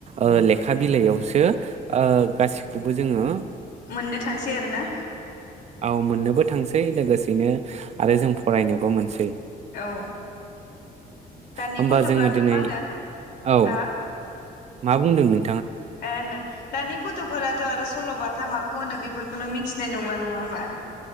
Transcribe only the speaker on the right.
ओ लेखा बिलाइयावसो ओ गासि खौबो जोङो
औ मोननोबो थांसै लोगोसेनो आरो जों फरायनोबो मोनसै।
होमबा
जोङो दिनै
औ
मा बुंदोंमोन?